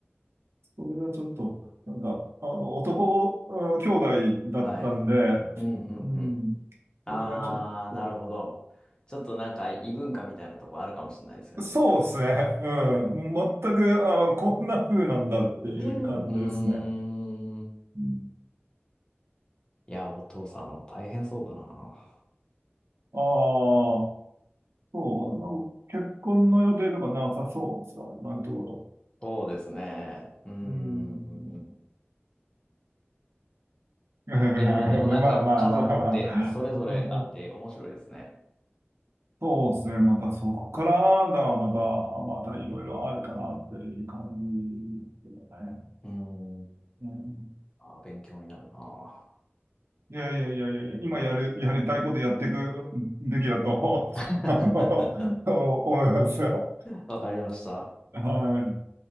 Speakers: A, on the right; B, on the left.
A: それがちょっと、なんか、あの、男、うん兄弟だったんで、
B: はい。うん、うん、
A: うん、
B: うん。
A: それがちょっと、
B: ああ、なるほど。ちょっとなんか異文化みたいなとこあるかもしれないですよね。
A: そうですね。うん。もう全く、あの、こんな風なんだっていう感じですね。
B: うん。うーん。
A: うん、
B: いや、お父さん大変そうだな。
A: ああ、そう、なんか結婚の予定とかなさそうですか、今のところ。
B: そうですね。うーん。
A: うん。<laughs> まあまあまあまあ。
B: いやー、でもなんか家族ってそれぞれあって面白いですね。
A: うんうん、そうですね。またそこからがまた、またいろいろあるかなっていう感じですけどね。
B: うーん。
A: うん、
B: あー、勉強になるな。
A: いやいやいやいやいや、今やる、やりたいことやっていくべきだと
B: <laughs>
A: <laughs> 思いますよ。
B: わかりました。
A: <laughs> はい。